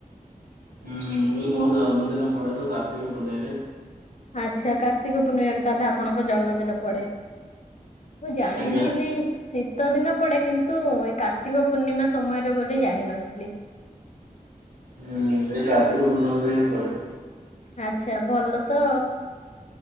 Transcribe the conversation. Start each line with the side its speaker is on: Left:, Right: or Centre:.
Right: ହୁଁ ମୁଁ କହିଲି ମୋର ଜନ୍ମଦିନ ପଡେ ତ କାର୍ତ୍ତିକ ପୂନେଇଁ ରେ।
Left: ଆଚ୍ଛା। କାର୍ତ୍ତିକ ପୂର୍ଣ୍ଣିମା ରେ ତାହେଲେ ଆପଣଙ୍କ ଜନ୍ମଦିନ ପଡେ? ମୁଁ ଜାଣିଥିଲି
Right: ଆଜ୍ଞା।
Left: ସି ଶୀତ ଦିନ ପଡେ କିନ୍ତୁ ଏଇ କାର୍ତ୍ତିକ ପୂର୍ଣ୍ଣିମା ସମୟରେ ବୋଲି ଜାଣିିନଥିଲି।
Right: ହୁଁ ଏଇ କାର୍ତ୍ତିକ ପୂର୍ଣ୍ଣମୀରେ ହିଁ ପଡେ।
Left: ଆଚ୍ଛା ଭଲ ତ।